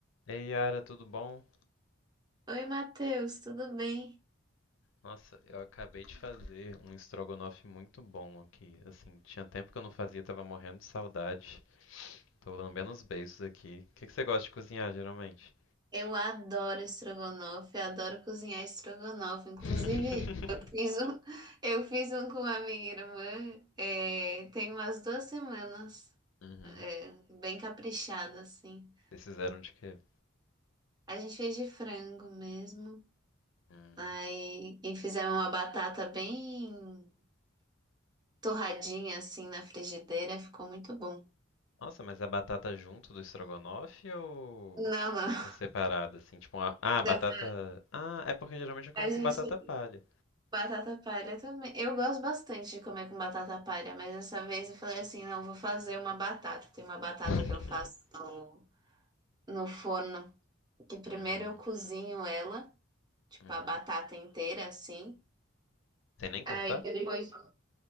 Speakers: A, on the left (about 65°); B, on the right (about 20°).
A: Ei, Yara, tudo bom?
B: Oi, Matheus, tudo bem?
A: Nossa, eu acabei de fazer um estrogonofe muito bom aqui. Assim, tinha tempo que eu não fazia, tava morrendo de saudade. Tô lambendo os beiços aqui. O que que você gosta de cozinhar, geralmente?
B: Eu adoro estrogonofe, adoro cozinhar estrogonofe. Inclusive,
A: <laughs>
B: eu fiz um, <laughs> eu fiz um com a minha irmã, é, tem umas duas semanas,
A: Uhum.
B: é, bem caprichado, assim.
A: Vocês fizeram de quê?
B: A gente fez de frango mesmo,
A: Hum.
B: aí, e fizemos uma batata bem torradinha, assim, na frigideira, ficou muito bom.
A: Nossa, mas a batata junto do estrogonofe ou...
B: Não, não,
A: ou separada, assim? Tipo, uma... ah, batata...
B: <laughs>
A: Ah, é porque geralmente eu como
B: a gente
A: com batata palha.
B: Batata palha também. Eu gosto bastante de comer com batata palha, mas dessa vez eu falei assim, não, vou fazer uma batata. Tem uma batata
A: <laughs>
B: que eu faço no, no forno, que primeiro
A: Hum.
B: eu cozinho ela, tipo
A: Uhum.
B: a batata inteira assim.
A: Sem nem cortar?
B: Aí depois,